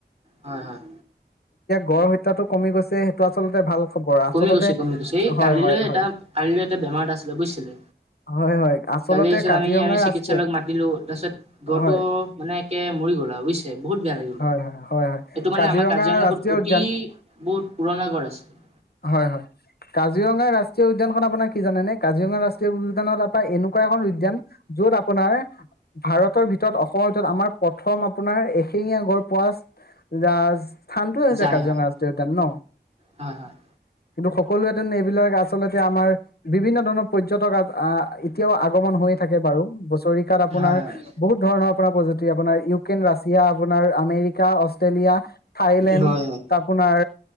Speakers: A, on the right; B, on the left.
A: হয় হয়
B: গড়হত্যাটো কমি গৈছে সেইটো আচলতে ভাল খবৰ আচলতে
A: কমি গৈছে কমি গৈছ এই
B: হয়
A: কালিলৈ
B: হয়
A: এটা
B: হয়
A: কালিলৈ এটা বেমাৰ এটা আছিলে বুজিছিলে
B: হয় হয় আচলতে
A: কালি পিছত
B: কাজিৰঙা
A: আমি আমি চিকিৎসালয়ক
B: ৰাষ্ট্ৰীয়
A: মাতিলো তাৰপিছত দৰটো
B: হয়
A: মানে একে মৰি গ'ল আৰু বুজিছেে বহুত বেয়া লাগিলে এইটো
B: হয় হয় হয় হয়
A: মানে
B: কাজিৰঙা
A: আমাৰ কাজিৰঙাপোৰ
B: ৰাষ্ট্ৰীয়
A: অতি
B: উদ্যান
A: বহুত পুৰণা গড় আছিল
B: হয় হয় কাজিৰঙা ৰাষ্ট্ৰীয় উদ্যানখন আপোনাৰ কি জানেনেে কাজিৰঙা ৰাষ্ট্ৰীয় উদ্যানত আপ এনেকুৱা এখন উদ্যান যত আপোনাৰ ভাৰতৰ ভিতৰত অসমৰ ভিতৰত আমাৰ প্ৰথম আপোনাৰ এশিঙীয়া গড় ৰাজ স্থানটোও হৈছে
A: যাই
B: কাজিৰঙা
A: হয়
B: ৰাষ্ট্ৰীয় উদ্যান ন
A: হয় হয়
B: স <unintelligible> সকলোৱেতেন এইবিলাক আচলতে আমাৰ বিভিন্ন ধৰণৰ পৰ্যটক আহ এতিয়াও আগমন হৈয়ে থাকে বাৰু বছৰিকাত আপোনাৰ
A: হয় হয়
B: বহুত ধৰণৰ আপোনাৰ প্ৰযুতি আপোনাৰ ইউক্ৰেইন ৰাছিয়া আপোনাৰ আ অষ্টৈলীয়া ঠাইলেণ্ড
A: হয় হয়
B: আপোনাৰ